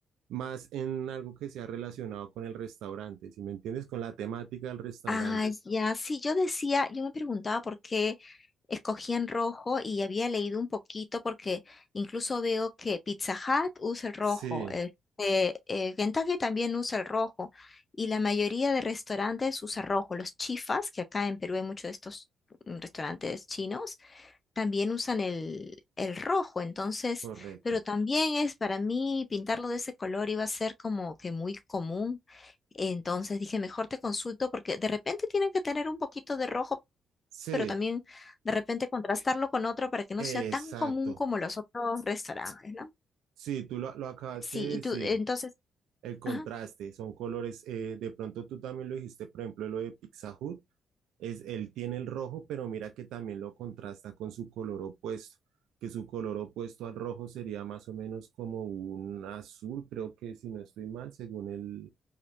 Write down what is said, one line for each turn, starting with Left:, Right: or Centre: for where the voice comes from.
Right: más en algo que sea relacionado con el restaurante, si me entiendes, con la temática del restaurante.
Left: Ah, ya. Sí, yo decía, yo me preguntaba por qué escogían rojo y había leído un poquito porque incluso veo que Pizza Hut usa el rojo,
Right: Sí,
Left: este, eh, Kentucky también usa el rojo y la mayoría de restaurantes usa rojo. Los chifas, que acá en Perú hay muchos de estos mm, restaurantes chinos, también usan el, el rojo, entonces,
Right: correcto.
Left: pero también es para mí pintarlo de ese color iba a ser como que muy común. Entonces dije, mejor te consulto porque de repente tienen que tener un poquito de rojo,
Right: Sí,
Left: pero también de repente contrastarlo con otro para que no
Right: exacto.
Left: sea tan común como los otros restaurantes, ¿no?
Right: Sí, tú lo, lo acabaste
Left: Sí,
Right: de
Left: y
Right: decir.
Left: tú, entonces,
Right: el contraste,
Left: ajá.
Right: son colores, eh, de pronto tú también lo dijiste, por ejemplo, lo de Pizza Hut, es, él tiene el rojo, pero mira que también lo contrasta con su color opuesto, que su color opuesto al rojo sería más o menos como un azul, creo que si no estoy mal, según el,